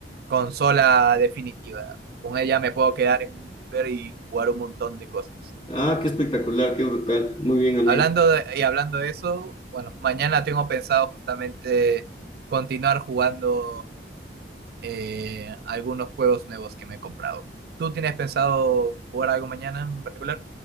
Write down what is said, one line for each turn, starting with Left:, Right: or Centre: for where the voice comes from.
Right: consola definitiva. Con ella me puedo quedar en un búnker y jugar un montón de cosas.
Left: Ah, qué espectacular, qué brutal. Muy bien, amigo.
Right: Hablando de- y hablando de eso, bueno, mañana tengo pensado justamente continuar jugando eh, algunos juegos nuevos que me he comprado. ¿Tú tienes pensado jugar algo mañana en particular?